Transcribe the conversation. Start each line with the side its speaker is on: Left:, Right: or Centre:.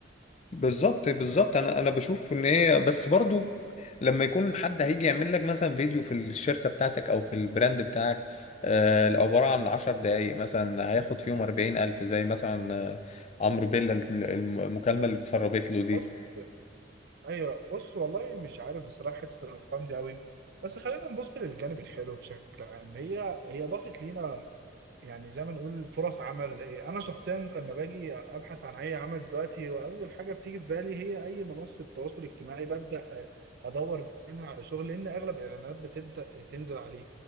Left: بالظبط بالظبط انا انا بشوف ان هي بس برضو لما يكون حد هيجي يعمل لك مثلا فيديو في الشركه بتاعتك او في البراند بتاعك آه، عباره عن 10 دقائق مثلا هياخد فيهم 40 الف زي مثلا آه، عمرو بيلا ال- الم- المكالمه اللي اتسربت له دي
Right: بص ايوه بص والله مش عارف بصراحه حته الارقام دي قوي بس خلينا نبص للجانب الحلو بشكل عام هي هي ضافت لينا يعني زي ما نقول فرص عمل إيه، انا شخصيا لما باجي ابحث عن اي عمل دلوقتي واول حاجه بتيجي في بالي هي اي منصه تواصل اجتماعي ببدا آه، ادور منها على شغل لان اغلب الاعلانات بتبدا آه، تنزل عليه